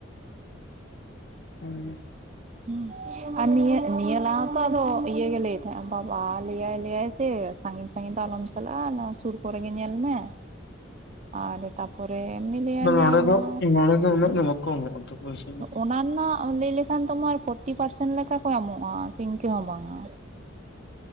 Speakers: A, on the left; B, on the right.
A: ᱩᱸᱼᱩᱸᱜ ᱾
B: ᱦᱩᱸ ᱟᱨ ᱱᱤᱭᱟᱹ ᱱᱤᱭᱟᱹ ᱞᱟᱦᱟ ᱛᱚ ᱟᱫᱚ ᱤᱭᱟᱹ ᱜᱮ ᱞᱟᱹᱭ ᱛᱟᱦᱮᱸᱜ ᱟᱢ ᱵᱟᱵᱟ ᱞᱟᱹᱭᱟᱭ ᱞᱟᱹᱭᱟᱭ ᱥᱮ ᱾ ᱥᱟᱺᱜᱤᱧ ᱥᱟᱺᱜᱤᱧ ᱫᱚ ᱟᱞᱚᱢ ᱪᱟᱞᱟᱜᱼᱟ ᱱᱟᱣᱟ ᱥᱩᱨ ᱠᱚᱨᱮ ᱜᱮ ᱧᱮᱞ ᱢᱮ ᱾
A: <unintelligible>
B: ᱟᱰᱮ ᱛᱟᱯᱚᱨᱮ ᱮᱢᱱᱤ ᱞᱟᱹᱭᱟᱭ
A: ᱱᱚᱰᱮ
B: ᱞᱟᱹᱭᱟ ᱚᱱᱟ
A: ᱫᱚ ᱱᱚᱬᱮ ᱫᱚ ᱩᱱᱟᱹᱜ ᱫᱚ ᱵᱟᱠᱚ ᱮᱢᱚᱜᱼᱟᱠᱚ ᱛᱚ ᱯᱩᱭᱥ
B: ᱚᱱᱟ ᱱᱟᱜ ᱞᱟᱹᱭ ᱞᱮᱠᱷᱟᱱ ᱛᱚᱢᱟᱨ ᱯᱷᱳᱨᱴᱤ ᱯᱟᱨᱥᱮᱱ ᱞᱮᱠᱟ ᱠᱚ ᱮᱢᱚᱜᱼᱟ, ᱥᱮ ᱤᱱᱠᱟᱹ ᱦᱚᱸ ᱵᱟᱝᱼᱟ᱾